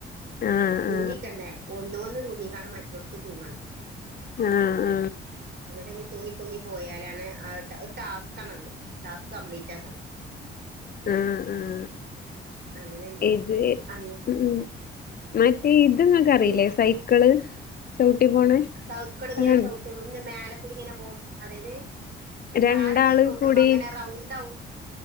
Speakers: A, on the left; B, on the right.
A: ആഹ്
B: തൂങ്ങിക്കണ്ടേ
A: ആഹ്
B: ഒന്ന് വന്ന് തൂങ്ങിക്കാണ്ട് മറ്റെടത്ത് തൂങ്ങണം
A: ഉആഹ്
B: എന്നിട്ട് ഇങ്ങ് തൂങ്ങി തൂങ്ങി പോയാലാണ് ആ ഒരു ടാസ്ക് ആണത് ടാസ്ക് കംപ്ലീറ്റ് ആക്കണം
A: ആഹ് ആഹ്
B: അങ്ങനെണ്ട്
A: ഇത്
B: അങ്ങ്
A: ഉം മറ്റേ ഇത് നിങ്ങക്ക് അറിയില്ലേ
B: പിൻ
A: സൈക്കിള് ചവിട്ടി പോണേ
B: സൈക്കള് ഇങ്ങനെ
A: അതാണ്
B: ചവിട്ടും ഇതിന്റെ മേലക്കുടി ഇങ്ങനെ പോവും അതായത്
A: രണ്ടാള്
B: താഴെ അങ്ങനെ ചൗട്ടുമ്പോ
A: കൂടി
B: അങ്ങനെ റൗണ്ട് ആവും